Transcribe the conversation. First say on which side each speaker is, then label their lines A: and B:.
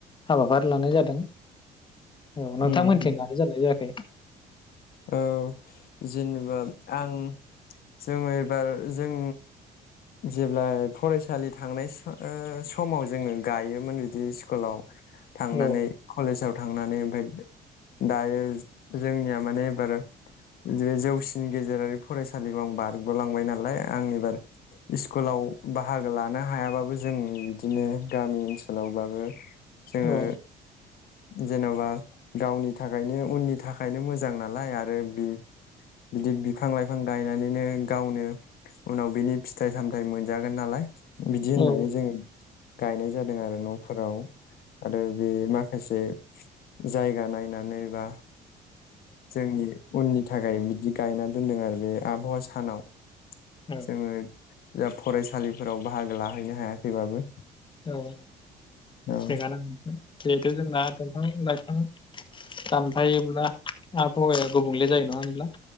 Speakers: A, on the left; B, on the left.
A: हाबाफारि लानाय जादों। औ नोंथां
B: उम
A: मोनथिं
B: उम
A: ना <unintelligible>
B: औ जेनेबा आं जोङो एबार जों जेब्ला फरायसालि थांनाय ओ समाव जोङो गायोमोन बिदि स्कुलाव थांनानै
A: औ
B: कलेजाव थांनानै ओमफ्राय दायो जोंनिया माने एबार बे जौसिन गेजेरारि फरायसालिखौ आं बारग'लांबाय नालाय आं एबार स्कुलाव बाहागो लानो हायाबाबो जों बिदिनो गामि ओनसोलावबाबो जोङो
A: औ
B: जेन'बा गावनि थाखायनो उननि थाखायनो मोजां नालाय आरो बि बिदि बिफां लाइफां गायनानैनो गावनो उनाव बिनि फिथाइ सामथाइ मोनजागोन नालाय। बिदि होननानै
A: औ
B: जोङो गायनाय जादों आरो न'फोराव आरो बे माखासे जायगा नायनानै बा जोंनि उननि थाखाय बिदि गायना दोनदों आरो बे आबहावा सानाव।
A: औ
B: जोङो जा फरायसालिफोराव बाहागो लाहैनो हायाखैबाबो।
A: औ
B: औ
A: थिगानो जेहुथु जोंना दंफां लाय फां दानफायोब्ला आबहावाया गुबुंले जायो नङा होनब्ला।